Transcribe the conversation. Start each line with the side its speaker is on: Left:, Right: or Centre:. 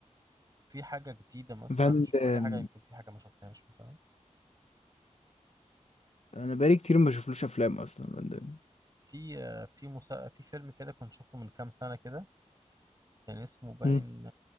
Right: في حاجه جديده مثلا
Left: فان
Right: ش- قول
Left: دام
Right: لي حاجه يمكن في حاجه ما شفتهاش مثلا
Left: انا بقالي كتير ما بشوفلوش افلام اصلا فان
Right: في آه، في مسا... في فيلم كده كنت شفته من كام سنه كده كان اسمه باين
Left: دام